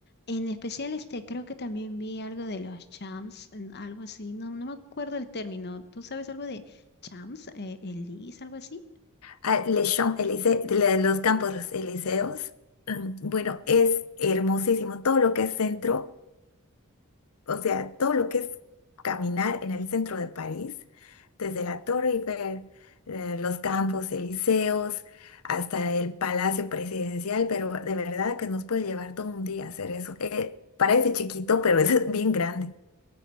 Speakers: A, on the left; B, on the left.
A: En especial, este, creo que también vi algo de los champs, en- algo así, no, no me acuerdo el término. ¿Tú sabes algo de champs, eh, elis, algo así?
B: Ah, Les Champs Élysées, la- los Campos Elíseos. mm, Bueno, es hermosísimo. Todo lo que es centro, o sea, todo lo que es caminar en el centro de París, desde la Torre y ver eh, los Campos Elíseos hasta el Palacio Presidencial, pero de verdad que nos puede llevar todo un día hacer eso. Eh, parece chiquito, pero <laughs> es bien grande.